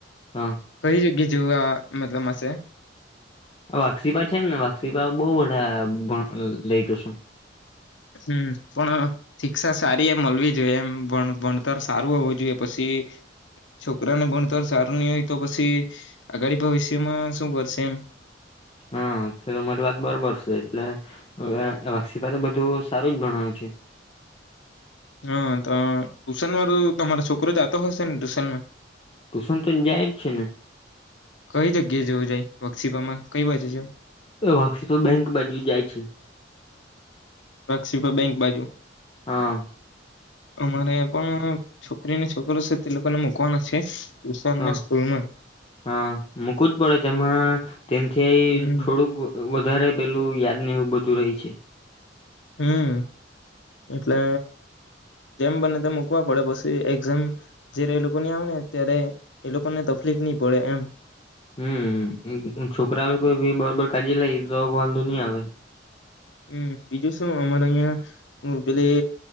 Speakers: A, on the left (about 30°); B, on the left (about 80°).
A: હા
B: કઈ જગ્યા જીવવા મતલબસે
A: વાક્ષીપા છેમ ને વાક્ષીપા બહ ભ લેતુ શે
B: હમ્મ પણ શિક્ષા સારી એ મળવી જોઈએ એમ ભણતર સારું હોવું જોઈએ પછી છોકરાને ભણતર સારું નહી હોય તો પછી આગળ ભવિષ્યમાં શું કરશે એમ
A: હા કે મારી વાત બરોબર છે એટલેવ વાક્ષીપ બધું સારું જ ભણાય્યું છે
B: હા તો ટુશન વાળું તમારો છોકરો જતો હશે ને ટ્યુશન માં
A: ટ્યુશન તો જાય જ છે ને
B: કઈ જગ્યા જોવું જાય વક્ષીપામાં કઈ બાજુ છે
A: એ વાક્ષિપા બેંક બાજુ જાય છે
B: પક્ષીવ બેંક બાજુ
A: હા
B: અમારે આયા પણ છોકરીને છોકરો છે તે લોકોને મુકવાના છે ટ્યુશન
A: હ
B: ને સ્કૂલમાં
A: હા મૂકવું જ પડે તેમાં તેથી
B: હમ
A: થોડુંક વધારે પેલું યાદ ને એવું બધું રહી છે
B: હમ્મ એટલે જેમ બને તો મૂકવા પડે પછી એક્ઝામ જયારે એ લોકો ની આવે ને ત્યારે એ લોકોને તકલીફ નહી પડે એમ
A: હમ્મ છોકરા લોકો ભી બબ કાળજી લઈ તો વાંધો નહી આવે
B: હમ્મ બીજું શું અમારે અહં પેલી